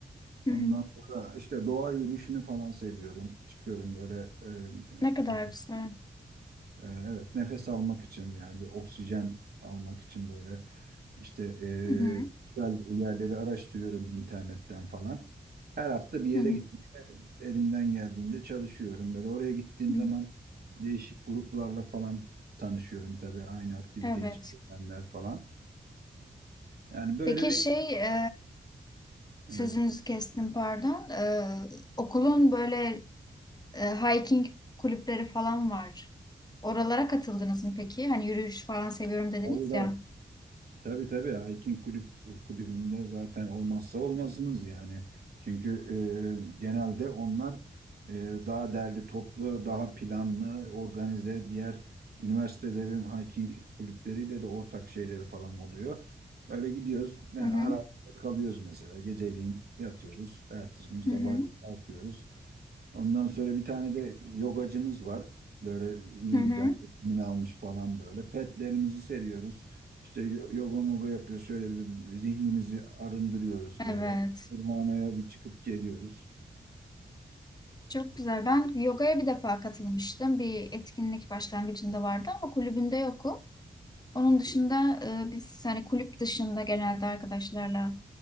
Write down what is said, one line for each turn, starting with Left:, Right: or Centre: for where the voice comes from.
Left: hı
Right: Ondan
Left: hı.
Right: sonra işte doğa yürüyüşünü falan seviyorum. Çıkıyorum böyle e, e,
Left: Ne kadar
Right: nef-
Left: güzel.
Right: e, evet nefes almak için yani bir oksijen almak için böyle işte eee,
Left: Hı hı,
Right: güzel yerleri araştırıyorum internetten falan. Her hafta bir yere
Left: hı hı,
Right: gitmeye elimden geldiğince çalışıyorum. Böyle oraya gittiğim
Left: hı.
Right: zaman değişik gruplarla falan tanışıyorum tabii aynı aktivite
Left: Evet.
Right: içindeler falan. Yani böyle
Left: Peki
Right: bir
Left: şey e, sözünüzü
Right: evet.
Left: kestim pardon. E, okulun böyle e, hiking kulüpleri falan var. Oralara katıldınız mı peki? Hani yürüyüş falan seviyorum dediniz
Right: Tabii tabii.
Left: ya.
Right: Tabii tabii hiking kulüp kulübünde zaten olmazsa olmazımız yani. Çünkü e, genelde onlar e, daha derli toplu, daha planlı, organize diğer üniversitelerin hiking kulüpleriyle de ortak şeyleri falan oluyor. Böyle gidiyoruz yani
Left: Hı hı,
Right: arada kalıyoruz mesela. Geceliğin yatıyoruz. Ertesi gün sabah
Left: hı hı,
Right: kalkıyoruz. Ondan sonra bir tane de yogacımız var. Böyle iyi
Left: hı hı.
Right: bilen, eğitimini almış falan böyle. Petlerimizi seriyoruz. İşte yo- yoga moga yapıyoruz. Şöyle bir zihnimizi arındırıyoruz böyle.
Left: Evet.
Right: Kurbanaya bir çıkıp geliyoruz.
Left: Çok güzel. Ben yogaya bir defa katılmıştım. Bir etkinlik başlangıcında vardı ama kulübünde yokum. Onun dışında e, biz hani kulüp dışında genelde arkadaşlarla